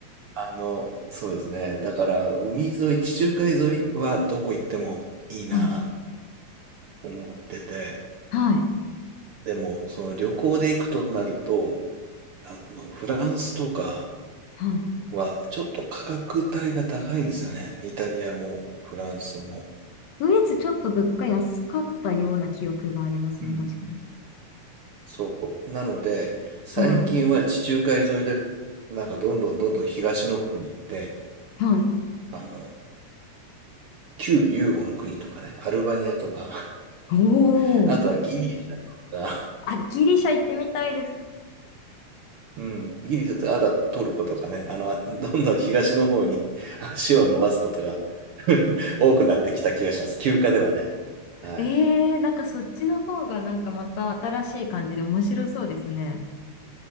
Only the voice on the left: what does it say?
はい。
はい。
はい。
ドイツちょっと物価安かったような記憶がありますね、
確かに。
はい。
はい。
お
お。あ、ギリシャ行ってみたいです。
ええなんかそっちの方がなんかまた新しい感じで面白そうですね。